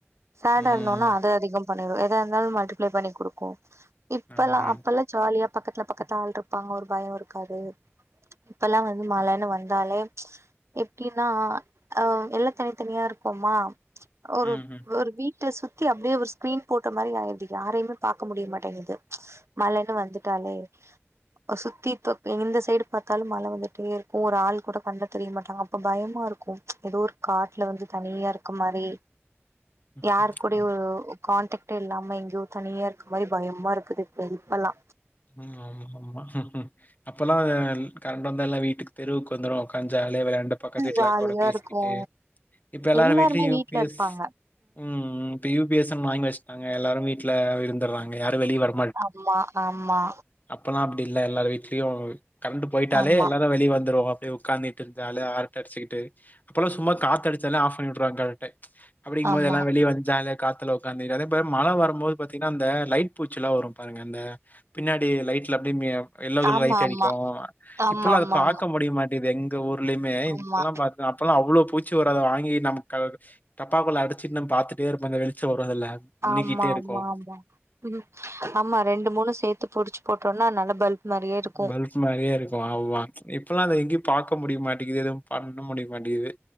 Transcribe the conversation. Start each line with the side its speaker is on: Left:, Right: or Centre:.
Right: சேடா
Left: ம்.
Right: இருந்தோனா அத அதிகோ பண்ணிடு எதா இருந்தாலு மல்டிப்ளை பண்ணி குடுக்கு இப்பெல்லா
Left: ஆமா.
Right: அப்பெல்லா ஜாலியா பக்கத்துல பக்கத்துல ஆளு இருப்பாங்க ஒரு பயோ இருக்காது இப்பெல்லா வந்து மழனு வந்தாலே எப்டினா அ எல்லா தனித்தனியா இருக்கோமா ஒரு
Left: ம்ஹ்ம்.
Right: ஒரு வீட் ட சுத்தி அப்டியே ஒரு ஸ்க்ரீன் போட்ட மாரி ஆயிடுது யாரைம்மே பாக்க முடிய மாட்டேங்குது மழைனு வந்துட்டாலே ஒரு சுத்தி தொப் இந்த சைடு எப்ப பாத்தாலு மழ வந்துட்டே இருக்கு ஒரு ஆளு கூட கண்ணுல தெரிய மாட்டாங்க அப்ப பயமா இருக்கு ஏதோ ஒரு காட்ல வந்து தனியா இருக்க மாரி
Left: ஆமா.
Right: யாரு கூடயோ ஓ கான்டக்ட் இல்லாம எங்கியோ தனியா இருக்க மாரி பயமா இருக்குது இப் இப்ப இப்பெலா
Left: ம் ஆமா ஆமா அப்பெலா அ கரண்டு வந்து எல்லா வீட்டுக்கு தெருவுக்கு வந்துருவோ உக்காந்து ஜாலியா வெளாண்டு பக்கத்து வீட்ல
Right: ஜாலியா
Left: அக்காயோட பேசிக்கிட்டு
Right: இருக்கு
Left: இப்ப எல்லாரு
Right: எல்லாருமே
Left: வீட்லையு யூ
Right: வீட்ல
Left: பி
Right: இருப்பாங்க
Left: எஸ் ம் ம் யூப் பி எஸ்னு வாங்கி வெச்டாங்க எல்லாரு வீட்ல இருந்தறாங்க யாரு வெளிய வர
Right: ஆமா ஆமா
Left: அப்பெல்லா அப்டி இல்ல எல்லார் வீட்லயு கரண்ட் போயிட்டாலே
Right: ஆமா
Left: எல்லாரு வெளிய வந்துரு வோ அப்டியே உக்காந்து டு ஜாலியா அரட்ட அடிசிக்கிட்டு அப்பெல்லா சும்மா காத்து அடிச்சாலே ஆஃப் பண்ணி வுட்ருவாங்க கரண்டே அப்டிங்கும்போது
Right: ஆமா
Left: எல்லா வெளியே வந் ஜாலியா காத்துல உக்காந்துட்டு அதா இப்ப மழ வரும்போது பாத்தீங்னா அந்த லைட் பூச்சில்லா வரு பாருங்க அந்த பின்னாடி லைட்ல அப்டி மி எல்லோ கலர்
Right: ஆமா
Left: லைட்டு அடிக்கு
Right: ஆமா
Left: இப்போலா அத
Right: ஆமா ஆமா
Left: பாக்க முடிய மாட்டிது எங்க ஊர்லயுமே
Right: ஆமா
Left: இப்போல்லா பாத் அப்போல்லா அவ்ளோ பூச்சி வராத வாங்கி நம்ம க டப்பாக்குல்ல அடச்சுட் நம் பார்த்துட்டே இருப்ப அந்த வெளிச்சோ வரு அதுல மின்னிக்கிட்டே
Right: ஆமா
Left: இருக்கும்
Right: ஆமா ஆமா ம் ஆமா ரெண்டு மூணு சேத்து புடிச்சு போட்டோனா நல்ல பல்ப் மாரியே இருக்கு
Left: பல்ப் மாரியே இருக்கு ஆவா இப்போலா அது எங்கியு பாக்க முடிய மாட்டிங்குது எதுவு பண்ண முடிய மாட்டிங்குது